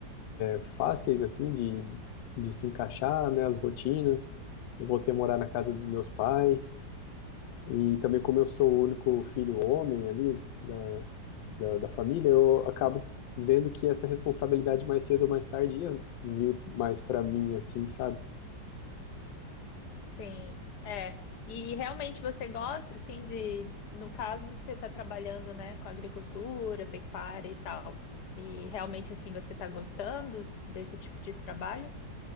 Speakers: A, on the left (about 85°); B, on the left (about 65°).
A: fáceis assim de, de se encaixar, né, as rotinas. Eu voltei a morar na casa dos meus pais e também como eu sou o único filho homem ali da, da, da família, eu acabo vendo que essa responsabilidade mais cedo ou mais tarde ia vir mais para mim assim, sabe?
B: Sim, é. E realmente você gosta, assim, de... No caso, você está trabalhando, né, com agricultura, pecuária e tal. E realmente, assim, você está gostando desse tipo de trabalho?